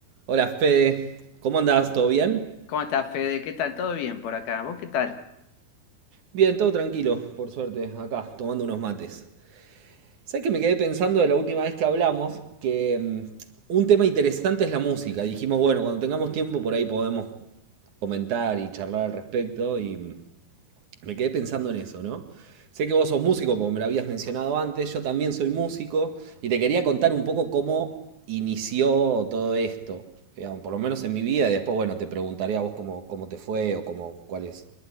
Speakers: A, on the right; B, on the left.
A: Hola Fede, ¿cómo andás? ¿Todo bien?
B: ¿Cómo estás, Fede? ¿Qué tal? ¿Todo bien por acá? ¿Vos qué tal?
A: Bien, todo tranquilo, por suerte, acá, tomando unos mates. ¿Sabes que me quedé pensando de la última vez que hablamos que mm, un tema interesante es la música? Dijimos, bueno, cuando tengamos tiempo por ahí podemos comentar y charlar al respecto y mm, Me quedé pensando en eso, ¿no? Sé que vos sos músico, porque me lo habías mencionado antes, yo también soy músico, y te quería contar un poco cómo inició todo esto, digamos, por lo menos en mi vida, y después, bueno, te preguntaré a vos cómo, cómo te fue o cómo, cuáles,